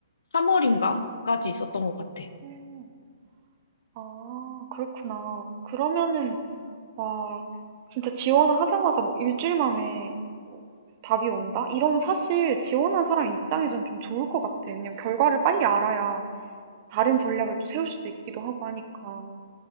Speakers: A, on the left; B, on the right.
A: 3월인가까지 있었던 것 같아.
B: 음. 어. 아 그렇구나. 그러면은 와, 진짜 지원을 하자마자 뭐 일주일 만에 뭐 답이 온다? 이러면 사실 지원한 사람 입장에선 좀 좋을 것 같아. 왜냐면 결과를 빨리 알아야 다른 전략을 또 세울 수도 있기도 하고 하니까.